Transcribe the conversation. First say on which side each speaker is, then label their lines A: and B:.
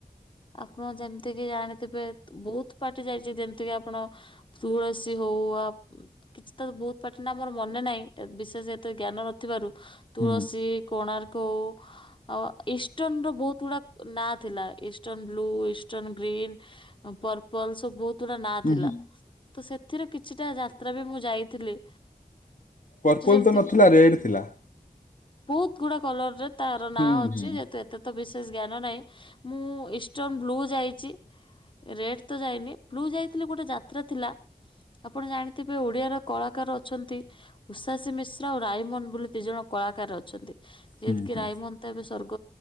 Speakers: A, on the left; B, on the left.
A: ଆପଣ ଯେମିତି କିି ଜାଣିଥିବେ ବହୁତ ପାର୍ଟି ଯାଇଛି। ଯେମିତି କିି ଆପଣ ତୁଳସୀ ହଉ ଆ କିଛି ତ ବହୁତ ପାର୍ଟି ନା ଆମର ମନେ ନାହିଁ। ବିଶେଷ ଏତେ ଜ୍ଞାନ ନଥିବାରୁ। ତୁଳସୀ,
B: ହୁଁ
A: କୋଣାର୍କ ଆଉ ଇଷ୍ଟର୍ଣ୍ଣ ର ବହୁତ ଗୁଡା ନାଁ ଥିଲା। Eastern blue, eastern green, purple ସବୁ ବହୁତ ଗୁଡା ନା
B: ହୁଁ
A: ଥିଲା।
B: ହୁଁ
A: ତ ସେଥିରେ କିଛିଟା ଯାତ୍ରା ବି ମୁଁ ଯାଇଥିଲି।
B: ପର୍ପଲ୍
A: ଯେମିତି
B: ତ ନଥିଲା
A: କି
B: ରେଡ୍ ଥିଲା।
A: ବହୁତ ଗୁଡା କଲରରେ ତାର ନାଁ
B: ହୁଁ
A: ଅଛି।
B: ହୁଁ।
A: ଯେହେତୁ ଏତେ ତ ବିଶେଷ ଜ୍ଞାନ ନାହିଁ ମୁଁ ଇଷ୍ଟଣ ବ୍ଲୁ ଯାଇଛି ରେଡ ତ ଯାଇନି ବ୍ଲୁ ଯାଇଥିଲି ଗୋଟେ ଯାତ୍ରା ଥିଲା ଆପଣ ଜାଣିଥିବେ ଓଡିଆର କଳାକାର ଅଛନ୍ତି ଉଷାସି ମିଶ ଆଉ ରାଇମନ ବୋଲି ଦି ଜଣ କଳାକାର ଅଛନ୍ତି ଯେହତି
B: ହୁଁ
A: କିି
B: ହୁଁ
A: ରାଇମନ ତେ ଏବେ ସ୍ୱର୍ଗ